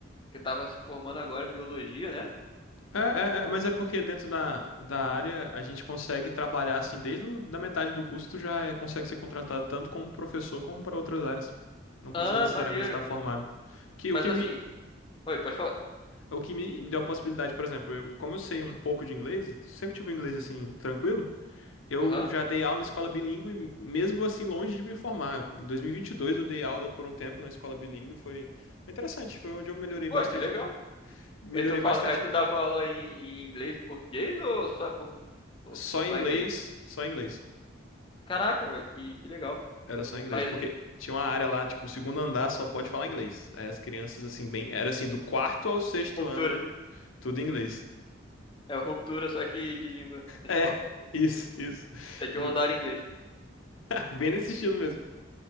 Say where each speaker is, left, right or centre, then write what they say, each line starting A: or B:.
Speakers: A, on the left; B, on the left.
A: Que tava se formando agora em biologia, né?
B: É, é, é, mas é porque dentro da, da área a gente consegue trabalhar assim, desde o, da metade do curso tu já é- consegue ser contratado tanto como professor como para outras áreas. Não precisa
A: Ah,
B: necessariamente
A: maneiro.
B: estar formado. Que,
A: Mas
B: o que
A: assim.
B: me,
A: Oi, pode falar.
B: É O que me, me deu a possibilidade, por exemplo, eu- como eu sei um pouco de inglês, sempre tive um inglês assim, tranquilo, eu
A: Aham.
B: já dei aula em escola bilíngue, mesmo assim, longe de me formar. Em 2022 eu dei aula por um tempo na escola bilíngue e foi foi interessante, foi onde eu melhorei
A: Pô,
B: bastante,
A: que legal.
B: melhorei
A: E tu fala,
B: bastante.
A: aí tu dava aula em, em inglês e português ou só, por, ou
B: Só
A: só
B: em inglês,
A: inglês?
B: só em inglês.
A: Caraca, velho, que, que legal.
B: Era só em inglês,
A: Mas
B: porque tinha uma área lá, tipo, o segundo andar só pode falar inglês. Aí as crianças, assim, bem, era assim, do quarto ao sexto
A: ruptura.
B: ano, tudo em inglês.
A: É ruptura, só que de língua na
B: É,
A: escola.
B: isso, isso.
A: Esse aqui
B: <laughs>
A: é o andar em inglês.
B: Bem nesse estilo mesmo.